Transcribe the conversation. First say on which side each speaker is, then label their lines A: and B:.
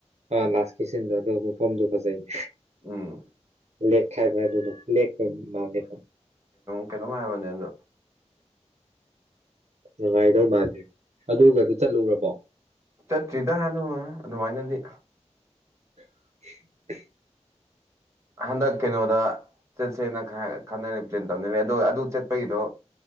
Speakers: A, on the right; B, on the right.
A: ꯑ ꯂꯥꯁꯀꯤ ꯁꯤꯟꯗꯣ ꯑꯗꯨꯏ ꯃꯐꯝꯗꯨ ꯐꯖꯩꯅꯦ
B: ꯎꯝ
A: ꯂꯦꯛ ꯈꯥꯏꯕ ꯑꯗꯨꯅ ꯂꯦ ꯃꯥ <unintelligible>
B: ꯀꯩꯅꯣ ꯍꯥꯏꯔꯕꯅꯦ ꯑꯗꯣ
A: ꯅꯨꯡꯉꯥꯏꯗꯧ ꯃꯥꯜꯂꯦ ꯑꯗꯨꯒꯗꯨ ꯆꯠꯂꯨꯔꯕꯣ
B: ꯆꯠꯇ꯭ꯔꯤꯗ ꯍꯅꯨ ꯑꯗꯨꯃꯥꯏꯅꯗꯤ
A: <unintelligible>
B: ꯍꯟꯗꯛ ꯀꯩꯅꯣꯗ ꯆꯠꯁꯦꯅ ꯈꯟꯅꯔꯦ ꯄ꯭ꯂꯦꯟ ꯇꯧꯅꯦ ꯑꯣ ꯑꯗꯨ ꯆꯠꯄꯩꯗꯣ